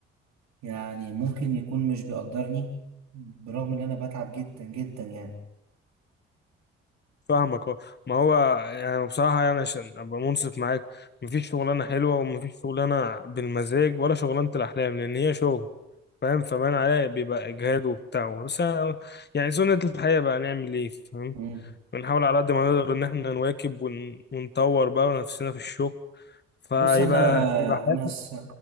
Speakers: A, on the right (about 60°); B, on the left (about 30°).
A: يعني ممكن يكون مش بيقدرني برغم ان انا بتعب جدا جدا يعني
B: فاهمك اه ما هو يعني بصراحة يعني عشان أبقى منصف معاك مفيش شغلانة حلوة ومفيش شغلانة بالمزاج ولا شغلانة الأحلام لأن هي شغل فاهم فبان عليها بيبقى إجهاد وبتاع بس أنا- يعني سنة الحياة بقى نعمل إيه فاهم
A: مم.
B: بنحاول على قد ما نقدر إن إحنا نواكب ون... ونطور بقى نفسنا في الشغل فيبقى
A: بص انا
B: يبقى
A: انا
B: حياتنا
A: س...